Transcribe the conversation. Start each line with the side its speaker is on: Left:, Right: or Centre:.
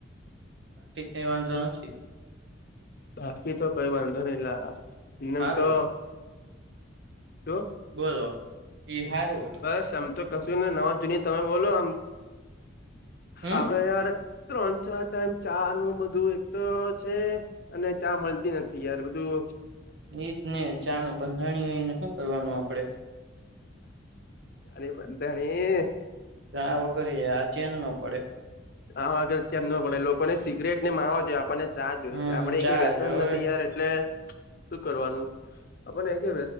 Right: એ પાંચ જણ છે.
Left: બાકી તો કઈ વાંધો નઈ લમ
Right: હારું
Left: તો. શું
Right: બોલો ઈહારું‌.
Left: બસ આમ તો કશું નવા જુની તમે બોલો આમ
Right: હમ
Left: આપડે યાર. ત્રણ ચાર ટાઈમ ચા નું બધું એક તો છે. અને ચા મળતી નથી યાર બધું.
Right: એ નીજ ને ચા ન બંધારણીયને શું કરવાનું આપડે.
Left: ચાને બનધાણી...
Right: ચા વગર આ ચેન ન પડે.
Left: હા આગળ ચેન ન પડે લોકોને સિગરેટ ને માવા જોઈએ આપણને ચા જોઈ
Right: હમ
Left: આપડે
Right: ચા
Left: કઈ વ્યસન
Right: જોય
Left: નથી યાર. એટલે શું કરવાનું આપણને એ કે